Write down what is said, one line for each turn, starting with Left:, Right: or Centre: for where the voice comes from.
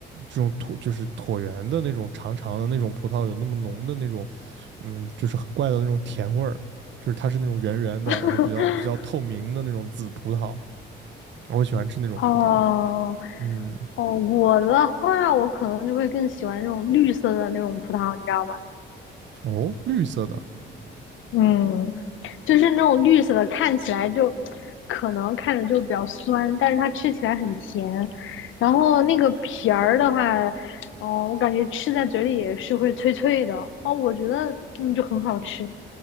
Right: 这种椭就是椭圆的那种长长的那种葡萄有那么浓的那种，嗯，就是很怪的那种甜味儿，就是它是那种圆圆的，
Left: <laughs>
Right: 然后比较比较透明的那种紫葡萄，我喜欢吃那种葡萄。
Left: 哦，
Right: 嗯，
Left: 哦，我的话，我可能就会更喜欢那种绿色的那种葡萄，你知道吗？
Right: 哦，绿色的，
Left: 嗯，就是那种绿色的，看起来就可能看着就比较酸，但是它吃起来很甜。然后那个皮儿的话，哦，我感觉吃在嘴里也是会脆脆的。哦，我觉得嗯就很好吃，